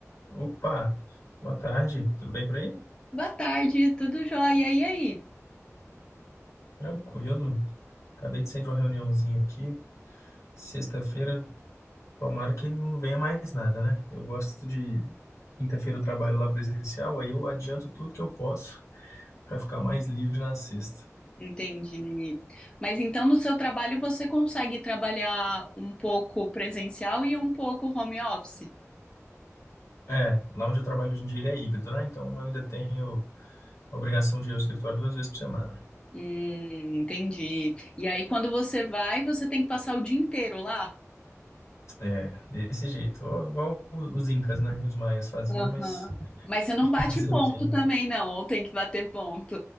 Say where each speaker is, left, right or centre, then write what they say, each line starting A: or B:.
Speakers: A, on the left; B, on the left.
A: Opa, boa tarde, tudo bem por aí?
B: Boa tarde, tudo jóia? E aí?
A: Tranquilo, acabei de sair de uma reuniãozinha aqui. Sexta-feira, tomara que não venha mais nada, né? Eu gosto de quinta-feira eu trabalho lá presencial, aí eu adianto tudo que eu posso pra ficar mais livre na sexta.
B: Entendi. Mas então no seu trabalho você consegue trabalhar um pouco presencial e um pouco home office?
A: É, lá onde eu trabalho hoje em dia ele é híbrido, né? Então eu ainda tenho a obrigação de ir ao escritório duas vezes por semana.
B: Hum, entendi. E aí quando você vai, você tem que passar o dia inteiro lá?
A: É, desse jeito, Ó, igual os incas, né? Os maias faziam,
B: Aham.
A: mas <laughs>
B: Mas você não bate ponto
A: fazer o quê? né?
B: também, não, ou tem que bater ponto.